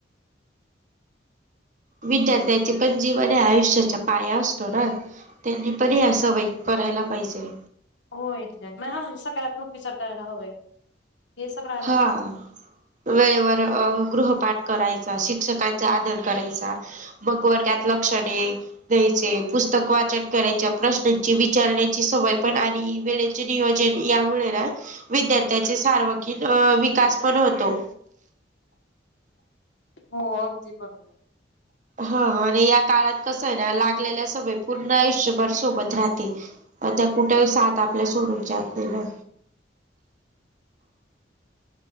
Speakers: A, on the right; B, on the left.
A: विद्यार्थ्यांचे पण जीवन हे आयुष्याच्या पाया असतो ना, त्यांनी परी असं होय करायला पाहिजे.
B: होय <unintelligible> सकारात्मक विचार करायला हवाय. हे सगळं आलं
A: हा.
B: ना त्याच्यात
A: वेळेवर गृहपाठ करायचा, शिक्षकांचा आदर करायचा. मग वर्गात लक्षणे
B: हो
A: दे-द्यायचे पुस्त पुस्तक वाचन करायच्या, प्रश्नांची विचारण्याची सवय पण आणि वेळेचे नियोजन त्यामुळे ना विद्यार्थ्याचे सार्वंगीण विकास पण होतो.
B: हो, अगदी बरोबर.
A: हा आणि या काळात कसं आहे ना, लागलेल्या सवयी पूर्ण आयुष्यभर सोबत राहतील. त्या कुठे साथ आपल्या सोडून जातला.